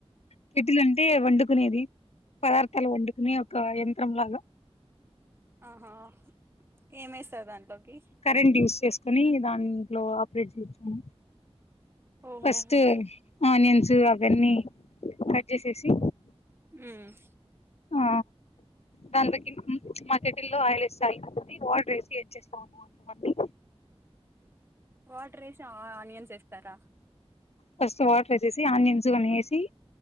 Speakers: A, on the left; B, on the right.
A: కేటిల్ అంటే వండుకునేది పదార్థాలు వండుకునే ఒక యంత్రం లాగా
B: ఆహా ఏమేస్తారు దాంట్లోకి
A: కరెంట్ యూస్ చేసుకొని దాంట్లో ఆపరేట్ చేస్తాను
B: ఓహోహో
A: ఫస్ట్ ఆనియన్స్ అవన్నీ కట్ చేసేసి
B: ఉమ్మ్
A: ఆ దానిలోకి మాకేటిలో ఆయిల్ ఏస్తాయ్ ఇది వాటర్ ఎ ఏం చేస్తా ఉన్నారు <inaudible> అండి
B: వాటర్ వేసి ఆ ఆనియన్స్ ఏస్తారా
A: ఫస్ట్ వాటర్ ఏసేసి ఆనియన్స్ కొన్ని వేసి